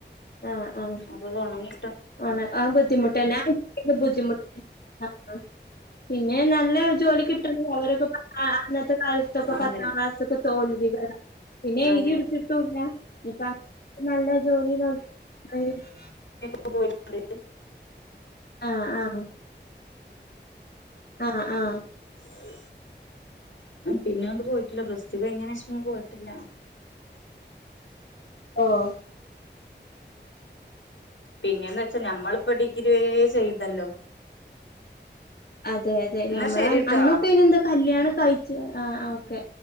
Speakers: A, on the left; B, on the left.
A: ആഹ് ആഹ്.
B: അപ്പോ അതൊണങ്ങി
A: ഒണ അത് ബുദ്ധിമുട്ടെന്നെയാ <unintelligible> പിന്നെ നല്ല ജോലി കിട്ടണെ അവരൊക്കെ പത്താം അന്നത്തെ കാലത്തൊക്കെ
B: അതെ
A: പത്താം ക്ലാസ്സൊക്കെ തോ തോൽവികളാണ് പിന്നെ എഴുതി
B: അതെ
A: എടുത്തിട്ടൂല്ലാ ഇനിയിപ്പോ നല്ല ജോലി നോക്ക് <inaudible>
B: ക്കെ പോയിറ്റ്ണ്ട്
A: ആഹ്, ആഹ് ആഹ്, ആഹ്
B: ആഹ് പിന്നെ അങ്ങട് പോയിട്ടില്ലാ പ്ലസ് ടു കയ്ഞ്ഞേനേഷം പിന്നെ പോയിട്ടില്ലാ.
A: ഓഹ്
B: പിന്നെന്ന് വെച്ചാ ഞമ്മളിപ്പോ ഡിഗ്രി വെരെ ചെയ്തല്ലോ?
A: അതെ, അതെ
B: എന്നാ
A: ഞമ്മള്
B: ശരിട്ടോ
A: അൻ അന്നൊക്കെ അയിനെന്താ കല്യാണം കയ്ച്ച ആഹ്, ആഹ് ഓക്കെ.